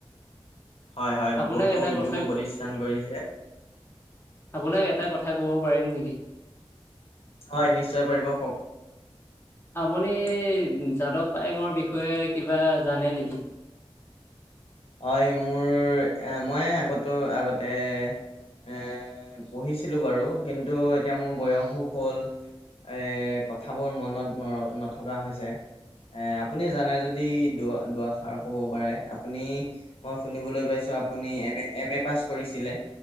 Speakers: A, on the left (about 75°); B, on the left (about 25°).
A: হয়, হয়
B: আপোনাক
A: বহুতো
B: এটা
A: উদ্যোগো
B: কথা
A: প্ৰতিষ্ঠান কৰিছে।
B: আপোনাক এটা কথা ক'ব পাৰিম নেকি।
A: হয় নিশ্চয় পাৰিব কওঁক।
B: আপুনি যাদৱ পায়েঙৰ বিষয়ে কিবা জানে নেকি।
A: হয় মোৰ এ মই আগতো আগতে। এ পঢ়িছিলোঁ বাৰু কিন্তু এতিয়া মোৰ বয়সো হ'ল। এ কথাবোৰ মনত নৰ নথকা হৈছে। আপুনি জানে যদি দু য়া দু-এষাৰ ক'ব পাৰে আপুনি। মই শুনিবলৈ পাইছোঁ আপুনি M A, M A pass কৰিছিলে।